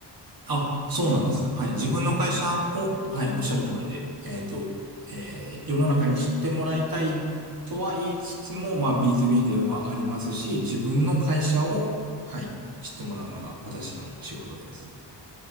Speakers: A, on the right; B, on the left.
A: あ、そうなんです。はい。自分の会社を、
B: あ、なるほど。
A: はい、おっしゃる通りで、えっと、えー世の中に知ってもらいたいとは言いつつも、まあ B2B ではありますし、自分の会社を、はい、知ってもらうのが私の仕事です。